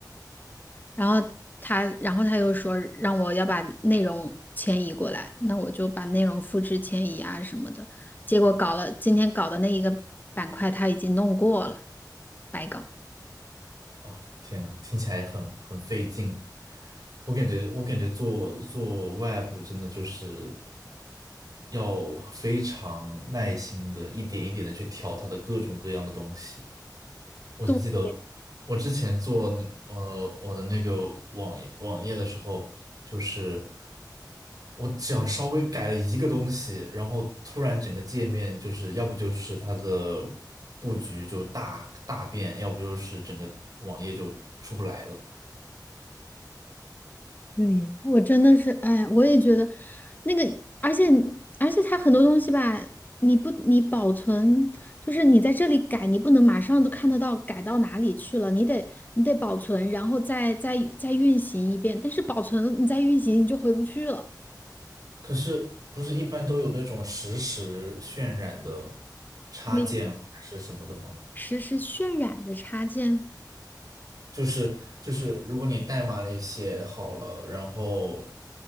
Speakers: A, on the left; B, on the right.
A: 然后他，然后他又说让我要把内容迁移过来，那我就把内容复制迁移啊什么的。结果搞了，今天搞的那一个板块他已经弄过了，白搞。
B: 哦，天呐，听起来很很费劲。我感觉，我感觉做做 web 真的就是要非常耐心的，一点一点的去调它的各种各样的东西。我就记得我之前做那呃我的那个网页网页的时候，
A: 对，
B: 就是我只要稍微改了一个东西，然后突然整个界面就是要不就是它的布局就大大变，要不就是整个网页就出不来了。
A: 对，我真的是，哎，我也觉得那个，而且而且它很多东西吧，你不你保存，就是你在这里改，你不能马上都看得到改到哪里去了，你得你得保存，然后再再再运行一遍。但是保存了你再运行，你就回不去了。
B: 可是不是一般都有那种实时渲染的插件或者是什么的吗？
A: 你实时渲染的插件？
B: 就是就是，如果你代码里写好了，然后